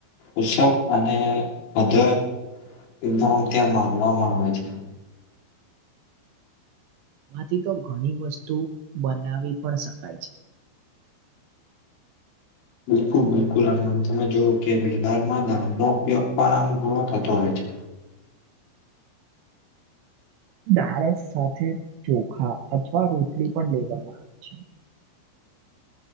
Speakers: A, on the left; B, on the right.
A: ઋષભ અને અધર એકદમમ ત્યાં માનવામાં આવે છે.
B: એમાંથી તો ઘણી વસ્તુ બનાવી પણ શકાય છે.
A: <inaudible> બિલકુલ બિલકુલ અને તમે જો કે બિહારમાં દાન નો ઉપયોગ પણ આમ ઘણો થતો હોય છે. <inaudible>
B: દાળસ સાથે ચોખા અથવા રોટલી પણ લેવામાં આવે છે.